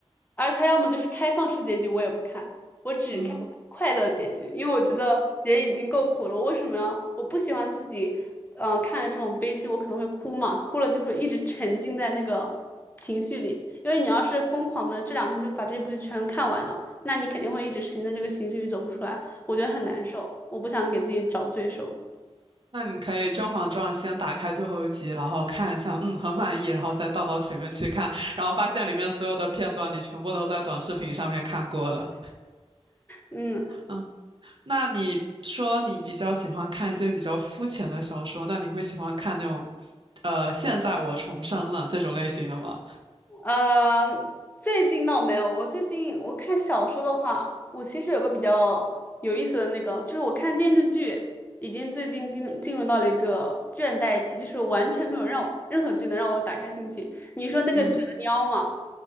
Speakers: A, on the left; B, on the right.
A: 而他要么就是开放式结局，我也不看，我只看快乐结局，
B: 嗯，
A: 因为我觉得人已经够苦了，为什么要？我不喜欢自己，嗯、看这种悲剧，我可能会哭嘛，哭了就会一直沉浸在那个情绪里。因为你要是疯狂的这两天就把这部剧全看完了，那你肯定会一直沉浸在这个情绪里走不出来，我觉得很难受，我不想给自己找罪受。
B: 那你可以《甄嬛传》先打开最后一集，然后看一下，嗯，很满意，然后再倒到前面去看，然后发现里面所有的片段你全部都在短视频上面看过了。
A: 嗯。
B: 嗯，那你说你比较喜欢看一些比较肤浅的小说，那你会喜欢看那种，呃，现在我重生了这种类型的吗？
A: 呃，最近倒没有。我最近我看小说的话，我其实有个比较有意思的那个，就是我看电视剧，已经最近进进入到了一个倦怠期，就是完全没有让任何剧能让我打开兴趣。你说那个折腰嘛，
B: 嗯